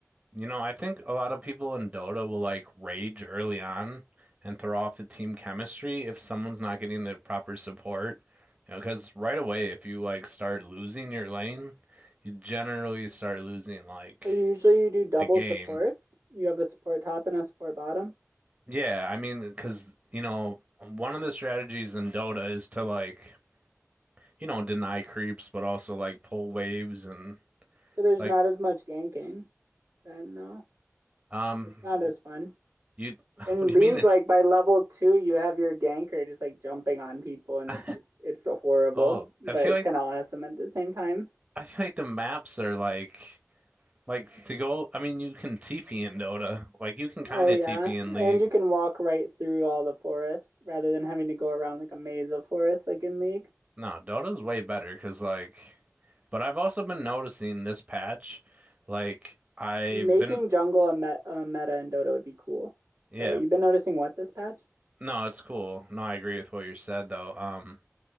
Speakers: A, on the right; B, on the right.
A: You know, I think a lot of people in Dota will like rage early on and throw off the team chemistry if someone's not getting the proper support. You know, because right away, if you like start losing your lane, you generally start losing like
B: So usually you do double
A: the game.
B: supports. You have a support top and a support bottom.
A: Yeah, I mean, because you know, one of the strategies in Dota is to like, you know, deny creeps, but also like pull waves and
B: So there's
A: like,
B: not as much ganking. Then no,
A: um,
B: it's not as fun.
A: you, <laughs>
B: In
A: what do you
B: League,
A: mean it's
B: like by level two, you have your ganker just like jumping on people, and
A: <laughs>
B: it's just it's so horrible,
A: Oh,
B: but
A: I feel
B: it's
A: like
B: kind of awesome at the same time.
A: I feel like the maps are like like to go. I mean, you can TP in Dota. Like you can kind
B: Oh yeah,
A: of TP in
B: and
A: League.
B: you can walk right through all the forest rather than having to go around like a maze of forest like in League.
A: No, Dota's way better because like. But I've also been noticing this patch, like I've
B: Making
A: been
B: jungle a, me a meta in Dota would be cool.
A: yeah.
B: Sorry, you've been noticing what this patch?
A: No, it's cool. No, I agree with what you said though. Um,